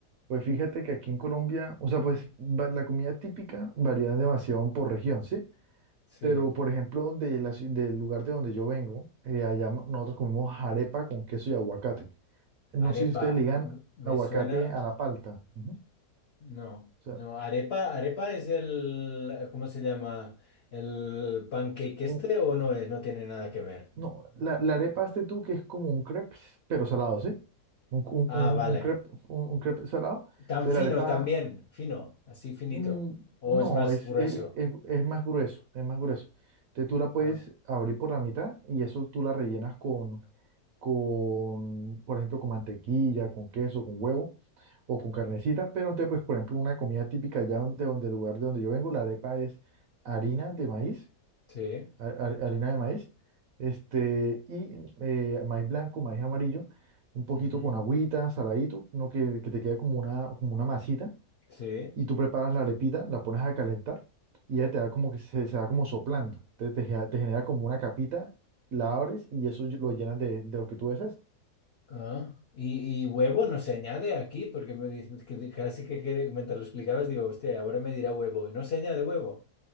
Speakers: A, on the right (about 70°); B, on the left (about 65°).
A: Pues fíjate que aquí en Colombia, o sea, pues va- la comida típica varía demasiado por región, ¿sí?
B: Sí.
A: Pero, por ejemplo, de la ci- del lugar de donde yo vengo, eh, allá mo- nosotros comemos arepa con queso y aguacate. No
B: Arepa,
A: sé si ustedes ligan
B: m- me
A: aguacate
B: suena.
A: a la palta. Ujú.
B: No,
A: O sea,
B: no. Arepa, arepa es el, ¿cómo se llama? ¿El pancake este
A: Un-
B: o no es? No tiene nada que ver.
A: No, la, la arepa este tú que es como un crepe, pero salado, ¿sí? Un, un,
B: Ah,
A: un,
B: vale.
A: un crepe, un, un crepe salado.
B: Tan
A: Entonces
B: fino
A: la arepa,
B: también, fino, así finito.
A: mm,
B: O
A: no,
B: es más
A: es,
B: grueso.
A: es, es- es más grueso, es más grueso. Entonces tú
B: Ajá.
A: la puedes abrir por la mitad y eso tú la rellenas con, con, por ejemplo, con mantequilla, con queso, con huevo o con carnecita. Pero entonces, pues, por ejemplo, una comida típica allá de donde, del lugar de donde yo vengo, la arepa es harina de maíz
B: Sí.
A: ha- ha- harina de maíz, este, y eh, maíz blanco, maíz amarillo, un poquito
B: Ujú.
A: con agüita, saladito, no que, que te quede como una, como una masita,
B: Sí.
A: y tú preparas la arepita, la pones a calentar, y ya te da como que se, se da como soplando, te, te, ge- te genera como una capita, la abres y eso lo llenas de, de lo que tú deseas.
B: Ah, y, y huevo no se añade aquí, porque me dice que casi que, que mientras lo explicabas digo, hostia, y ahora me dirá huevo. Y no se añade huevo.